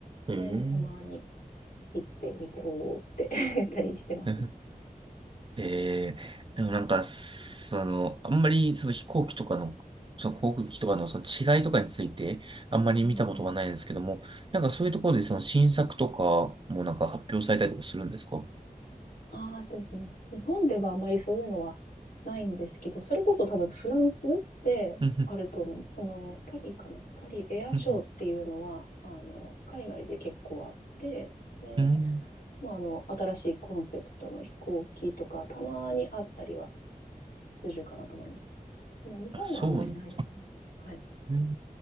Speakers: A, on the left; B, on the right.
A: それにたまに
B: えー、
A: 行ってみて、おーって <laughs> やったりしてますね。
B: <laughs> えー、でもなんか、その、あんまりその飛行機とかの、その航空機とかのその違いとかについて、あんまり見たことがないんですけども、
A: うんうん
B: なんかそういうところでその新作とかもなんか発表されたりとかするんですかうん、
A: ああ、えっとですね。日本ではあまりそういうのはないんですけど、それこそ多分フランスであると思うんです。
B: うん、
A: その、パリかなパリエアショーっていうのは、
B: うん
A: あの、海外で結構あって、で、
B: うん。うん
A: まあ、あの、新しいコンセプトの飛行機とか、たまにあったりはするかなと思います。でも日本はあんまりないですね。
B: あ、そうなんで
A: はい。
B: すね。うん